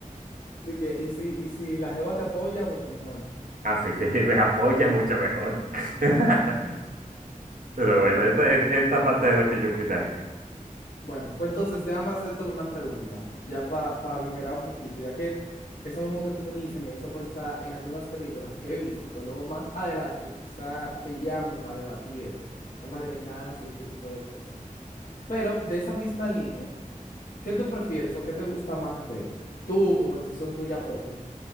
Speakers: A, on the left (about 80°); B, on the right (about 75°).
A: De que, y si, y si la jeva te apoya, mucho mejor.
B: Ah, sí, sí, <laughs> me apoya mucho mejor. <laughs> Pero
A: Ok,
B: bueno,
A: ok.
B: esa, es- esa parte de lo que yo opinaría.
A: Bueno, pues entonces déjame hacerte una pregunta, ya para aligerar un poquito, ya que eso mismo que tú me dices me hizo pensar en algunas películas que he visto, que luego más adelante quizá te llame para debatir eso, el tema de venganza y ese tipo de cosas. Pero de esa misma línea, ¿qué tú prefieres o qué te gusta más ver? Tú, como decisión tuya propia.